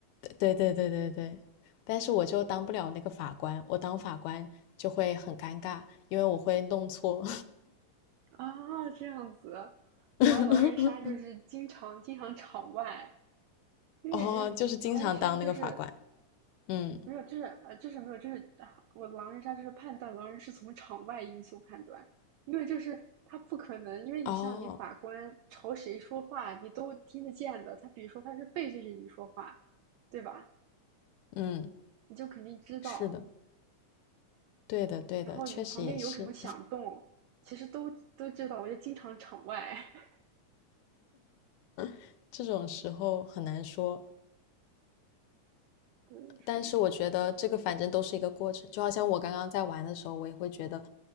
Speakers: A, on the left; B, on the right.
A: 对对对对对，但是我就当不了那个法官，我当法官就会很尴尬，因为我会弄错，
B: 啊，这样子。我玩狼人杀就是经常经常场外，
A: <laughs>
B: 因为感觉狼人杀就是
A: 哦，就是经常当那个法官，嗯，
B: 没有，就是呃，就是没有，就是啊，我狼人杀就是判断狼人是从场外因素判断，因为就是他不可能，因为你像你法官朝谁说话，
A: 哦。
B: 你都听得见的。他比如说他是背对着你说话，对吧？
A: 嗯，
B: 你就肯定知道。
A: 是的，对的，对的，
B: 然后你旁边有什么响动，
A: 确实也是，
B: 其实都都知道，我就经常场外。<laughs>
A: <laughs> 这种时候很难说。
B: 对，是
A: 但是我觉得这个反正都是一个过程，就好像我刚刚在玩的时候，我也会觉得，